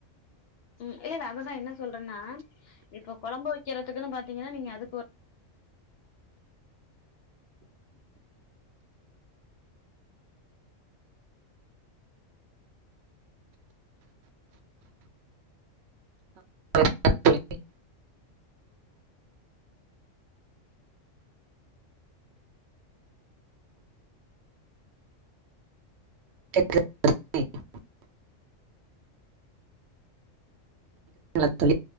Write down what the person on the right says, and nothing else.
<inaudible> <inaudible> <inaudible> தோழி